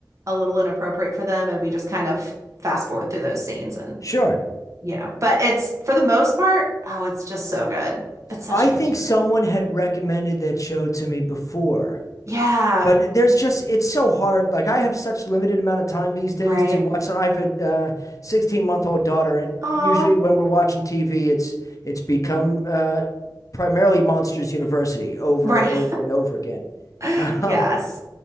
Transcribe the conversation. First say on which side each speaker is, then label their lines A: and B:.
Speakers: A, on the right (about 45°); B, on the left (about 50°).
A: a little inappropriate for them, and we just kind of fast forward through those scenes and
B: sure.
A: you know, but it's for the most part, oh, it's just so good. It's such
B: I
A: a good
B: think
A: show.
B: someone had recommended that show to me before,
A: Yeah,
B: but there's just it's so hard. Like I have such limited amount of time these days
A: right.
B: to watch. I have a uh, 16 month old daughter, and
A: Aw,
B: usually when we're watching TV, it's it's become uh, primarily Monsters University over
A: right.
B: and over and over again.
A: <laughs>
B: <laughs>
A: Yes.
B: Um,